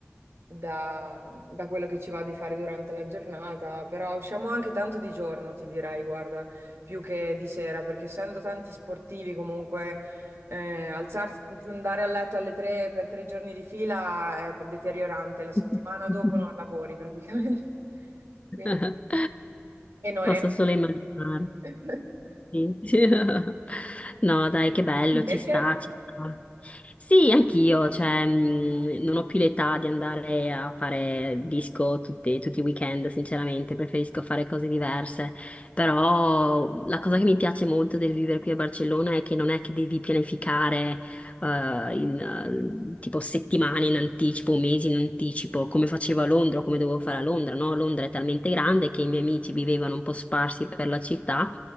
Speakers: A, on the right (about 70°); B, on the left (about 30°).
A: da, da quello che ci va di fare durante la giornata, però usciamo anche tanto di giorno, ti dirai, guarda, più che di sera, perché essendo tanti sportivi comunque eh, alzarsi, andare a letto alle tre per tre giorni di fila è deteriorante, la settimana
B: <laughs>
A: dopo non lavori praticamente. <laughs>
B: <laughs>
A: Quindi, e no-
B: Posso
A: e non,
B: solo immaginare.
A: <laughs>
B: Sì. <laughs> No, dai, che bello,
A: Invece?
B: ci sta, ci sta. Sì, anch'io, cioè, mh, non ho più l'età di andare a fare disco tutti, tutti i weekend, sinceramente, preferisco fare cose diverse. Però la cosa che mi piace molto del vivere qui a Barcellona è che non è che devi pianificare eh, in eh, tipo settimane in anticipo, mesi in anticipo, come facevo a Londra, o come dovevo fare a Londra, no? Londra è talmente grande che i miei amici vivevano un po' sparsi per la città